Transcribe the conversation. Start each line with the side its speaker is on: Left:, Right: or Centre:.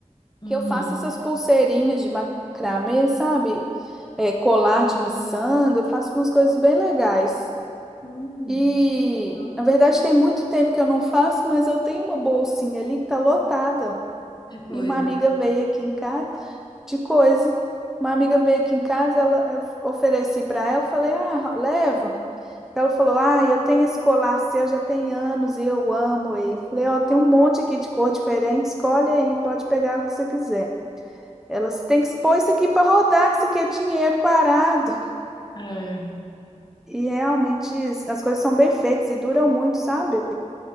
Left: Uhum.
Centre: que eu faça essas pulseirinhas de macramê, sabe? É, colar de miçanga, eu faço umas coisas bem legais.
Left: Hum.
Centre: E,
Left: Ah,
Centre: na verdade, tem muito tempo que eu não faço, mas eu tenho uma bolsinha ali que tá lotada.
Left: De coisas.
Centre: E uma amiga veio aqui em casa de coisa. Uma
Left: Hum.
Centre: amiga veio aqui em casa, ela, eu ofereci para ela, falei: "Ah, leva". Ela falou: Ah, eu tenho esse colar seu já tem anos e eu amo ele. Falei: Ó, tem um monte aqui de cor diferente, escolhe aí, pode pegar o que você quiser. Ela "Você tem que expor isso aqui para rodar, que isso aqui é dinheiro parado.
Left: É.
Centre: E realmente as coisas são bem feitas e duram muito, sabe?